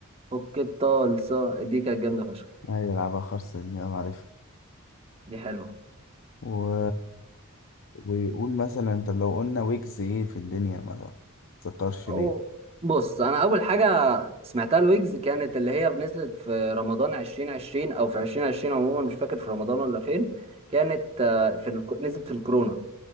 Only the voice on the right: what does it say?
فك الطلسة دي كانت جامدة فشخ
دي حلوة
أو
بص أنا أول حاجة سمعتها لويجز كانت اللي هي نزلت في رمضان عشرين عشرين أو في عشرين عشرين عموما مش فاكر في رمضان ولا فين كانت آه، في الك... نزلت في الكورونا